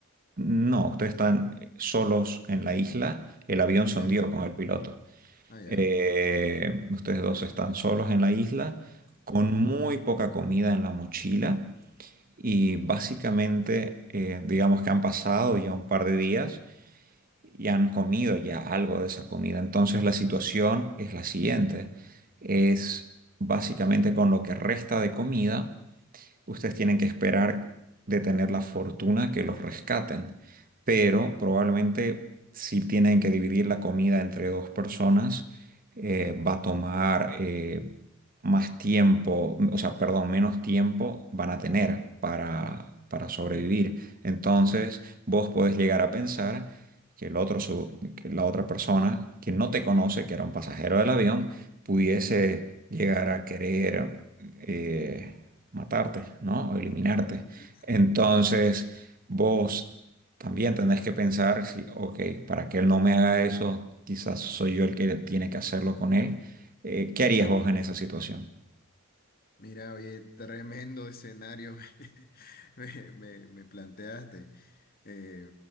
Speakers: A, on the right; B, on the left.
A: No, ustedes están eh, solos en la isla, el avión se
B: ya,
A: hundió con el piloto.
B: ah, ya.
A: Eh, ustedes dos están solos en la isla, con muy poca comida en la mochila y básicamente, eh, digamos que han pasado ya un par de días y han comido ya algo de esa comida. Entonces la situación es la siguiente, es básicamente con lo que resta de comida ustedes tienen que esperar de tener la fortuna que los rescaten. Pero probablemente si tienen que dividir la comida entre dos personas, eh, va a tomar eh, más tiempo, o sea, perdón, menos tiempo van a tener para, para sobrevivir. Entonces,
B: ujú.
A: vos podés llegar a pensar que el otro, su- que la otra persona que no te conoce, que era un pasajero del avión, pudiese llegar a querer eh, matarte, ¿no? O eliminarte.
B: Uf.
A: Entonces, vos también tenés que pensar si, ok, para que él no me haga eso, quizás soy yo el que tiene que hacerlo con él. Eh, ¿qué harías vos en esa situación?
B: Mira, oye, tremendo escenario <laughs> me, me- me planteaste. Eh,